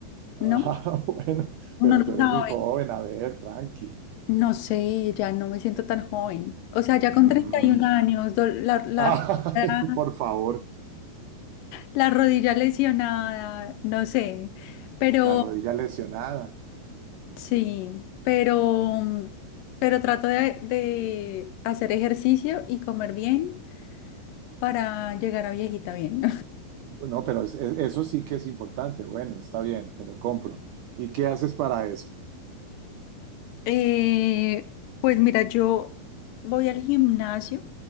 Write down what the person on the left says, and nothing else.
¿no?
Uno
no
sabe.
No sé, ya no me siento tan joven. O sea, ya
con 31 años, do- la, la,
la-
la rodilla lesionada, no sé. Pero
sí, pero, mm, pero trato de, de hacer ejercicio y comer bien para llegar a viejita bien.
Eh, pues mira, yo voy al gimnasio,